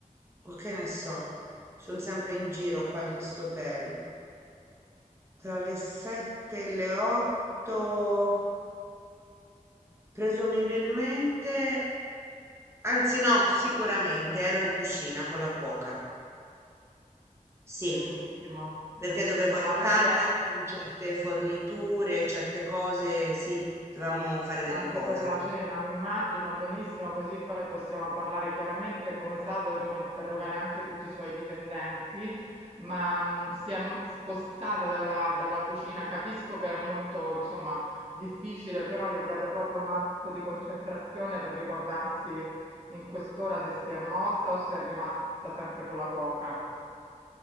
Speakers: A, on the right; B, on the right.
A: o che ne so, sono sempre in giro qua in questo hotel. Tra le 7 e le 8, presumibilmente, anzi no, sicuramente ero in cucina con la cuoca. Sì,
B: Benissimo,
A: perché
B: benissimo,
A: dovevo aiutarla
B: ma lei si è
A: con certe forniture, certe cose, sì, dovevamo fare delle
B: anche
A: cose.
B: per la cena, mi immagino benissimo, così poi possiamo parlare chiaramente, come sa dovremo interrogare anche tutti i suoi dipendenti, ma mh, si è m- spostata dalla, dalla cucina, capisco che è molto, insomma, difficile, però le chiedo proprio un atto di concentrazione per ricordarsi in quest'ora se si è mossa o se è rimasta sempre con la cuoca.